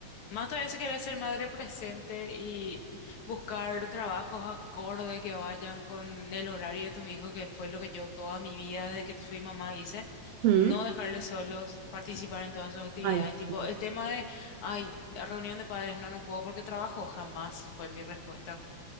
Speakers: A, on the left (about 75°); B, on the right (about 75°).
A: Más todavía se quiere ser madre presente y buscar trabajos acorde que vayan con el horario de tus hijos, que fue lo que yo toda mi vida desde que fui mamá hice.
B: Mm.
A: No dejarles solos, participar en todas sus actividades.
B: Ay,
A: Tipo,
B: sí.
A: el tema de, ay, la reunión de padres, no, no puedo porque trabajo, jamás fue mi respuesta.